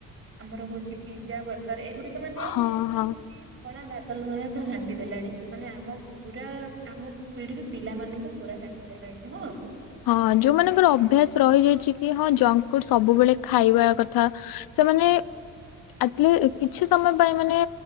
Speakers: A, on the right; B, on the left.
A: ଆମର ହଉଛି ପିଜ୍ଜା ବର୍ଗ ର୍ ଏଗୁଡିକ ମାନେ
B: ହଁ ହଁ
A: ଯେମିତି ଫଳା ବା ତଲ୍ ଭଳିଆ ପୁରା ଘାଣ୍ଟି ଦେଲାଣି ମାନେ ଆମ ପୁରା ଆମ ପିଢିରୁ ପିଲାମାନଙ୍କୁ ପୁରା ଘାଣ୍ଟି ଦେଲାଣି ନୁହଁ?
B: ହଁ ଯୋଉମାନଙ୍କର ଅଭ୍ୟାସ ରହିଯାଇଛି କି ହଁ ଜଙ୍କ ଫୁଡ ସବୁବେଳେ ଖାଇବା କଥା ସେମାନେ ଆଟଲି କିଛି ସମୟ ପାଇଁ ମାନେ